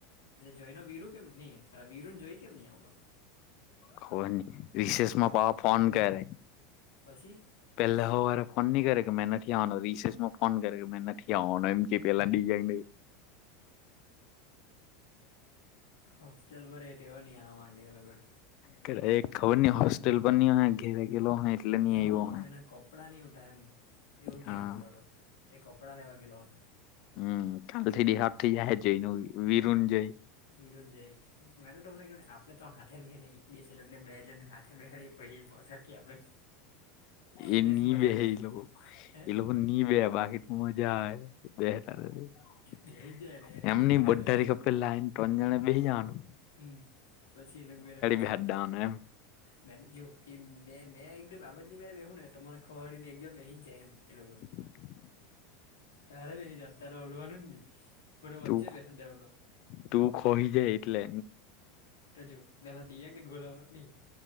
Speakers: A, on the left; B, on the left.
A: જોઈ નો વિરું કેમ નહરે વિીરુ ને જોઈ કેમ નહ આવલો
B: ખબર ન રિશેષ
A: ફોન નહી
B: માં
A: મારે
B: પાહો ફોન કરે
A: પછી
B: પેલા હ વારે ફોન નની કરે કે મેં નથી આવવાનો રિસેજમાં ફોન કરે કે મેં નથી આવવાનો એમ કે પેલા દીવ્યંગ ને
A: હોસ્ટેલ પર એ કેવાની ની આ માંગે એલોગર
B: કર એક ખબરની હોસ્ટેલ પર ની ઓહ ગેલો હ એટલે નહી
A: એ
B: આવ્યો
A: હ એના કપડાં ની ઉ ટ એમ એવું કહેટો
B: હા
A: હતો એ કપડાં લેવા ગેલો હ.
B: હમ્મ કાલ થી દીહાપ થી જહે જઈને વિરુંન જઈ
A: નિરુંંજય મેં તો તમને કવ ને આપણેે તન હાથે બ બેને એક દિવસ એ લોકોને બે જણ હાથે બેહારી પછી પછાથી આપડે એક
B: એ
A: દિવસ
B: નિ
A: મજા
B: બે
A: લે
B: એ લોકો
A: હે
B: એ લોકોગ નિ બેહે બાકી ટ કમાજા આવે બે <unintelligible>
A: બેહી જ જાય એટલે એ લોકોને
B: એમની
A: મજા
B: બાધા
A: લે
B: કે લઈન ટન જાવનું બેહી જેવાનું
A: હમ્મ પછી એ લોક બે ને પહાડી
B: બેહાડવાનું એમ
A: મે જો મે મેં એક બાબત ની મેરે બેહું ને તો મને ખબરડી ને એક જ બેહી જ જાય એમ એ લોકો
B: <unintelligible>
A: તારે બહિ જાવાનું તારે હલવાનુંની મને પચી
B: તું
A: બેહાર દેવાનો
B: તું ખોઈ જાય એટલે
A: ત જો પેલા દયા ને ગોલા નહી